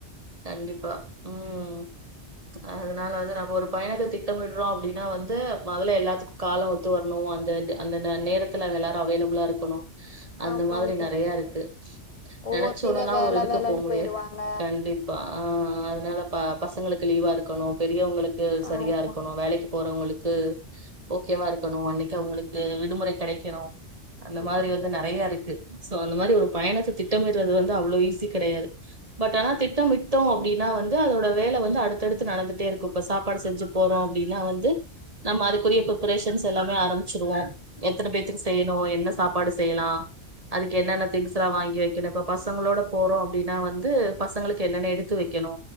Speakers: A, on the right; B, on the left.
A: கண்டிப்பா உஹம் அதனால வந்து நம்ம ஒரு பயணத்த திட்டமிடுறோ அப்படின்னா வந்து மதல எல்லாத்துக்கு காலோ ஒத்து வரணும் அந்த அந்த நேரத்துல எல்லாாரு அவைலபிளா இருக்கணு அந்த
B: ஆமாங்க
A: மாதிரி
B: தோழி
A: நறைய இருக்கு
B: ஒவ்வொருத்திங்க
A: நினைச்ச உடல்லா
B: வேல
A: ஒரு இதுக்கு
B: வேலன்னு
A: போக முடியாது
B: போயிருவாங்க
A: கண்டிப்பா ஆஹ் அதனால ப பச உங்களுக்கு லீவா இருக்கணு பெரியவங்களுக்கு டு சரியா
B: ஆமா
A: இருக்கணு வேலைக்கு போறவங்களுக்கு கு ஓகேவா இருக்கணு அன்னைக்கு அவங்களுக்கு விடுமுறை கிடைக்கணு அந்த
B: ஆமாங்க
A: மாதிரி வந்து நறைய இருக்கு சோ அந்த மாதிரி ஒரு பயனது திட்டமிடுறது வந்து அவ்வளவு ஈஸி கிடையாது பட் ஆனா திட்டமிட்டோ அப்படின்னா வந்து அதோட வேலை வந்து அடுத்தடுத்து நடந்துட்டே இருக்கும் இப்ப சாப்பாடு செஞ்சு போறோம் அப்படின்னா வந்து நம்ம அதுக்குரிய பப்பரேஷன்ஸ் எல்லாம ஆரம்பிச்சிருவோ எத்தனை பேத்துக்கு செய்யணு என்ன சாப்பாடு செய்யலா அதுக்கு என்னென்ன திங்ஸ் எல்லா வாங்கி வ ஏன்ன இப்ப பசங்களோட போறோ அப்படின்னா வந்து பசங்களுக்கு என்னென்ன எடுத்து வைக்கணு